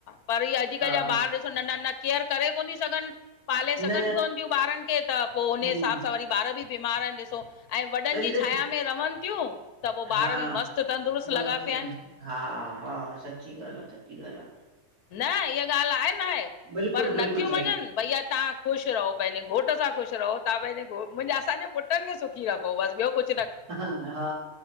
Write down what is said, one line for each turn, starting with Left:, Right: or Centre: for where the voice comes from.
Left: पर इह्ये अॼुकल्ह
Right: हा
Left: जा ॿार ॾिसु नंढा -नंढा केयर करे कोन थियूं सघनि पाले
Right: न
Left: सघनि कोन थियूं ॿारनि खे त पो उन्हे
Right: हम्म
Left: हिसाब सां वरी ॿार बि बीमार आहिनि ॾिसो ऐं वॾनि
Right: तॾहिं
Left: जी छाया
Right: त
Left: में रहनि तियूं, त पो
Right: हा
Left: ॿार बि मस्तु तंदुरुस्तु
Right: मस्तु
Left: लॻा पिया
Right: त
Left: हिनि।
Right: हा हा, सच्ची ॻाल्हि आ सच्ची ॻाल्हि आ।
Left: न इह्य ॻाल्हि आहे ना हे
Right: बिल्कुलु
Left: पर नथियूं
Right: बिल्कुलु
Left: मंञंनि
Right: सही
Left: भईया तव्हां ख़ुशि रहो पंहिंजे घोट सां ख़ुशि रहो तहां पंहिंजे घो मुंजा असांजे पुट्रनि खे सुखी रखो बसि ॿियो कुछु
Right: ह हा